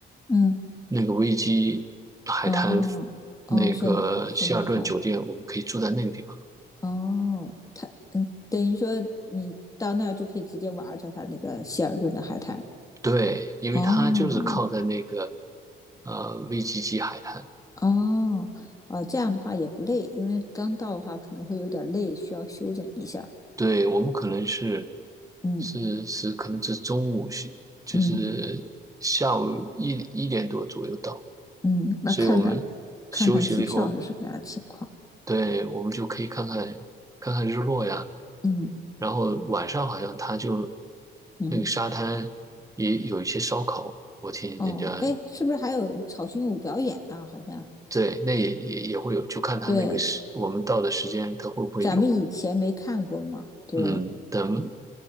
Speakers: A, on the left (about 15°); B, on the right (about 15°).
A: 嗯，
B: 那个维基海滩
A: 哦哦，
B: 那个希尔顿酒店，
A: 顺顺那块
B: 我们可以住在那个地方。
A: 哦，他嗯，等于说你到那儿就可以直接玩儿着它那个希尔顿的海滩。
B: 对，因为它就是靠在那个
A: 哦
B: 呃 VGG 海滩。
A: 哦哦，这样的话也不累，因为刚到的话可能会有点累，需要休整一下。
B: 对，我们可能是
A: 嗯
B: 是是，可能是中午是就是下午一一点多左右到，
A: 嗯嗯，那看看
B: 所以我们休息了以后，
A: 看看机票是什么样的情况。
B: 对，我们就可以看看看看日落呀。
A: 嗯
B: 然后晚上好像他就
A: 嗯，
B: 那个沙滩也有一些烧烤，我听人家
A: 哦，哎，是不是还有草裙舞表演啊？好像
B: 对，那也也也会有，就看他那个时我们到的时间，
A: 对，
B: 他会不会有。
A: 咱们以前没看过嘛。对
B: 嗯，咱们